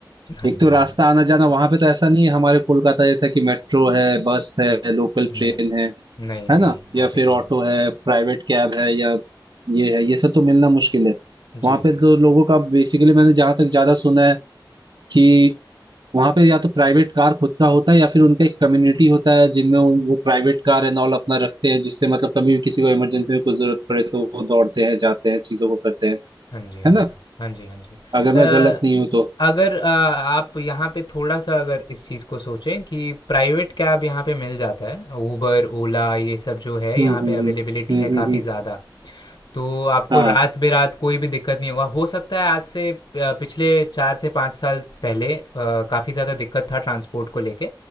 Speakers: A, on the left (about 65°); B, on the right (about 65°).
A: है। हाँ
B: एक
A: जी,
B: तो रास्ता
A: हाँ जी।
B: आना जाना वहां पे तो ऐसा नहीं है हमारे कोलकाता जैसा कि मेट्रो है बस है लोकल
A: नहीं।
B: ट्रेन है
A: नहीं, नहीं,
B: है ना
A: यहाँ
B: या
A: पे
B: फिर
A: नहीं।
B: ऑटो है प्राइवेट कैब है या ये है ये सब तो मिलना मुश्किल है
A: जी,
B: वहां
A: जी।
B: पे तो लोगों का बेसिकली मैंने जहां तक ज्यादा सुना है कि वहां पे या तो प्राइवेट कार खुद का होता है या फिर उनका एक कम्युनिटी होता है जिनमें उन- वो प्राइवेट कार एंड ऑल अपना रखते हैं जिससे मतलब कभी भी किसी को इमरजेंसी में कुछ जरूरत पड़े तो वो दौड़ते हैं जाते हैं चीजों को करते हैं
A: हाँ जी, हाँ
B: है ना
A: जी। हाँ जी, हाँ जी। अ,
B: अगर मैं गलत नहीं हूँ तो
A: अगर अ, आप यहाँ पे थोड़ा-सा अगर इस चीज़ को सोचें कि प्राइवेट कैब यहाँ पे मिल जाता है, उबर, ओला ये सब जो है
B: हम्म
A: यहाँ
B: हम्म
A: पे अवेलेबिलिटी
B: हम्म हम्म
A: है काफ़ी
B: हम्म हम्म,
A: ज़्यादा। तो आपको
B: हाँ
A: रात बेरात कोई भी दिक्कत नहीं होगा हो सकता है आज से अ, पिछले चार से पाँच साल पहले काफ़ी ज़्यादा दिक्कत था ट्रांसपोर्ट को लेके